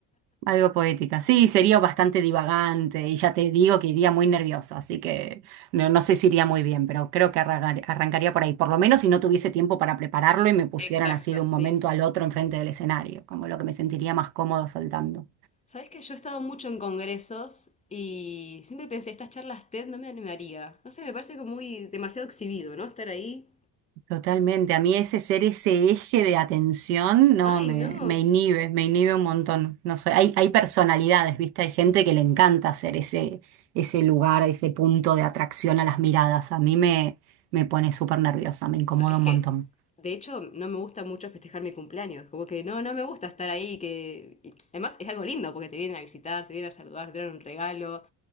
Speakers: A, on the right; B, on the left.
A: Algo poética. Sí, sería bastante divagante y ya te digo que iría muy nerviosa, así que no, no sé si iría muy bien, pero creo que arrancar- arrancaría por ahí, por lo menos si no tuviese tiempo para prepararlo
B: <laughs>
A: y me pusieran
B: Exacto,
A: así de
B: sí.
A: un momento al otro enfrente del escenario, como lo que me sentiría más cómodo soltando.
B: Sabes que yo he estado mucho en congresos y siempre pensé, estas charlas TED no me animaría. No sé, me parece como muy demasiado exhibido, ¿no? Estar ahí.
A: Totalmente. A mí ese ser ese eje de atención no
B: Ay,
A: me,
B: no.
A: me inhibe, me inhibe un montón. No soy, hay, hay personalidades, ¿viste? Hay gente que le encanta ser ese, ese lugar, ese punto de atracción a las miradas. A mí me, me pone súper nerviosa, me incomoda
B: Sabes
A: un
B: que,
A: montón.
B: de hecho, no me gusta mucho festejar mi cumpleaños. Como que no, no me gusta estar ahí. Que... y además, es algo lindo porque te vienen a visitar, te vienen a saludar, te dan un regalo.